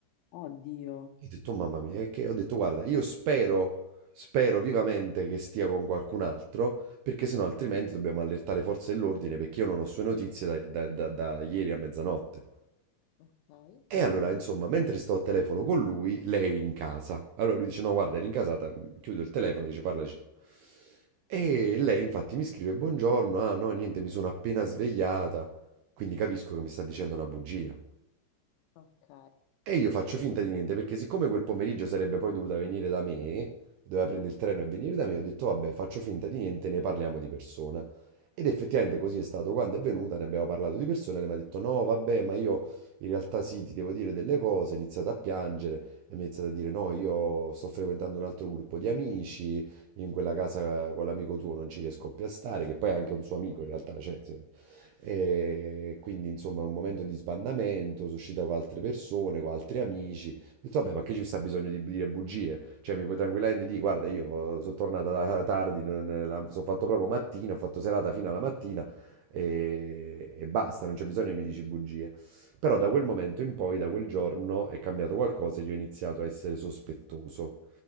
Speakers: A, on the left; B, on the right.
A: Oddio.
B: E ho detto, "Oh, mamma mia, e che? Ho detto, guarda, io spero, spero vivamente che stia con qualcun altro, perché sennò altrimenti dobbiamo allertare le forze dell'ordine, perché io non ho sue notizie da da- da- da ieri a mezzanotte.
A: ok,
B: E allora, insomma, mentre sto al telefono con lui, lei eri in casa. Allora lui dice: No, guarda, eri in casata. Chiudo il telefono e dice: Parlaci tu. E lei, infatti, mi scrive: Buongiorno. Ah, no, niente, mi sono appena svegliata. Quindi capisco che mi sta dicendo una bugia.
A: ok.
B: E io faccio finta di niente perché siccome quel pomeriggio sarebbe poi dovuta venire da me, doveva prendere il treno e venire da me, ho detto vabbè, faccio finta di niente, ne parliamo di persona. Ed effettivamente così è stato. Quando è venuta ne abbiamo parlato di persona e lei mi ha detto no, vabbè, ma io in realtà sì, ti devo dire delle cose, ho iniziato a piangere e mi ha iniziato a dire no, io sto frequentando un altro gruppo di amici, in quella casa con l'amico tuo non ci riesco più a stare, che poi è anche un suo amico in realtà, cioè, sì. E quindi insomma un momento di sbandamento, sono uscita con altre persone, con altri amici. Ho detto vabbè ma che ci sta bisogno di dire bugie? Cioè mi puoi tranquillamente dire guarda io sono tornata <laughs> tardi, non- la- sono fatto proprio mattina, ho fatto serata fino alla mattina e, e basta, non c'è bisogno che mi dici bugie. Però da quel momento in poi, da quel giorno, è cambiato qualcosa e io ho iniziato a essere sospettoso.